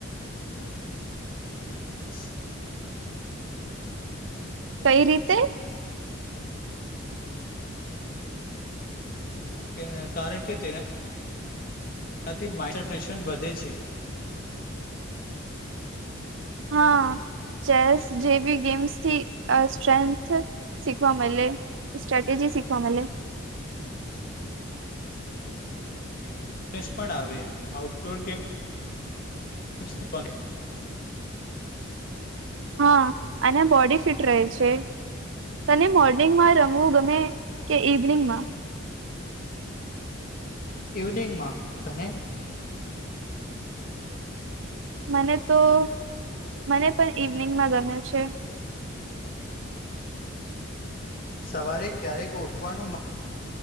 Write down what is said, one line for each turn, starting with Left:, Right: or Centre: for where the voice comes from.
Left: બસ <unintelligible>
Right: કઈ રીતે
Left: કે કારણ કે તૈના તેનાથી માન્સન્ટ્રેશન વધે છે
Right: હા ચેસ જે બી ગેમ્સથી સ્ટ્રેન્થ શીખવા મલે સ્ટ્રેટેજી શીખવા મલે
Left: સ પણ આવે આઉટડોર ગેમ મુસ્તીિકન <unintelligible>
Right: હા અને બોડી ફિટ રહે છે તને મોર્નિંગમાં રમવું ગમે કે ઇવનિંગ માં
Left: ઇવનિંગમાં તને
Right: મને તો મને પણ ઈવનિંગમાં ગમ છે
Left: સવારે ક્યારેક ઉઠવાનું